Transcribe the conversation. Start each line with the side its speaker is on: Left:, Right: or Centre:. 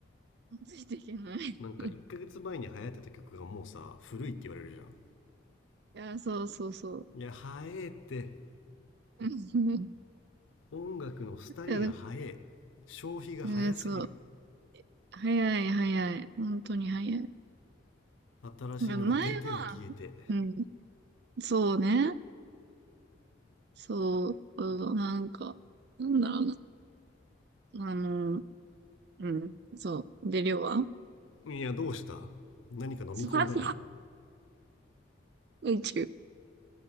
Right: ついていけない。
Left: なんか1ヶ月前に流行ってた曲がもうさ古いって言われるじゃん
Right: いや、そうそうそう。
Left: いや早えって
Right: うんい
Left: 音楽の廃りが早え消費が早すぎる
Right: やだうんそう。早い早い。本当に早い。
Left: 新しいのが出ては消えて
Right: なんか前は、うん、そうね。そう、うんなんか、なんだろうな。あの、うん。そう。で、量は
Left: いやどうした何か飲み込んだな今
Right: そうだな。ハイチュウ。